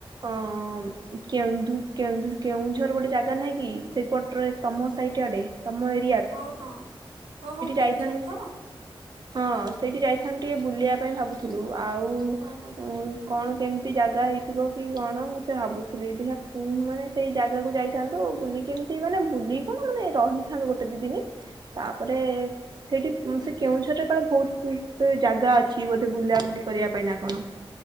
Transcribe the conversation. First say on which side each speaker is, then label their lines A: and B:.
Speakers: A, on the right (about 45°); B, on the right (about 80°).
A: ଅ କେନ୍ଦୁ କେନ୍ଦୁ କେଉଁଝର ଗୋଟେ ଜାଗା ନାହିଁ କି ସେଇପଟରେ? ତମ ସାଇଟ୍ ଆଡେ। ତମ ଏ
B: ହଁ ହଁ ହଁ ହଁ କେଉଁଝର
A: ଯାଇଥାନ୍ତୁ
B: ତ?
A: ହଁ ସେଇଠି ଯାଇଥାନ୍ତୁ ଟିକେ ବୁଲିବା ପାଇଁ ଭାବୁଥିଲୁ। ଆଉ
B: ଓହୋ।
A: ଉଁ କଣ କେମିତି ଜାଗା ହେଇଥିବ କି କଣ ମୁଁ ସେଇଆ ଭାବୁଥିଲି। ଦେଖିବା ଉଁ ମାନେ ସେଇ ଜାଗାକୁ ଯାଇଥାନ୍ତୁ ବୁଲିକି କେମିତି ମାନେ ବୁଲକି କଣ ମାନେ ରହିଥାନ୍ତୁ ଗୋଟେ ଦି ଦିନି। ତାପରେ ସେଇଠି ଉଁ ସେ କେଉଁଝରରେ କାଳେ ବହୁତ ଜାଗା ଅ ଅଛି ବୋଧେ ବୁଲାବୁଲି କରିବା ପାଇଁ ନା କଣ?